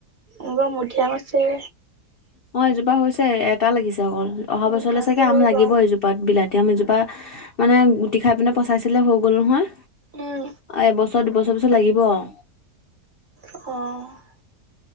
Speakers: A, on the right; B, on the left.
A: এইবাৰ মধিয়াম আছে।
B: অঁ, এজোপা হৈছে এটা লাগিছে অকল। অহা বছৰলে
A: মধিয়ামটো
B: চাগে
A: হ'ল
B: আম লাগিব
A: বাৰু
B: এজোপ পাত। বিলাতী আম এজোপা, মানে গুটি খায় পিনে পচাইছিলে হৈ গ'ল নহয়।
A: উম
B: এবছৰ দুবছৰ পিছত লাগিব আও।
A: অঁ।